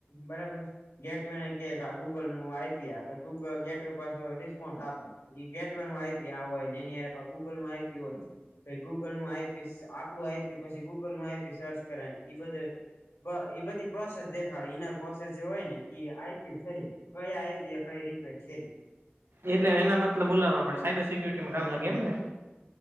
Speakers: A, on the left; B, on the right.
A: બરાબર. ગેટ વે ને કે આ ગૂગલ નું આઈપી આપે ગૂગલ ગેટ વે પાછો રીસ કોઠ આપે ઇ ગેટવે નું આપી હોય ને એનીય ગૂગલ નું આઇ પી હોય. પાહિ ગૂગલ નું આઈપી સ આપડું આઈપી પછી ગૂગલ નું આઈપી સર્ચ કરે ઈ બધે બ ઇ બધી પ્રોસેસ દેખાડે ઈનર પ્રોસેસ જે હોય ને ઇ આઈપી થઈ. કઈ <unintelligible> કઈ રિક્વેસ્ટ કરી.
B: એટલે એના મતલબ બોલાવા આપડે સાયબર સિક્યુરિટીમાં કામ લાગે એમ ને.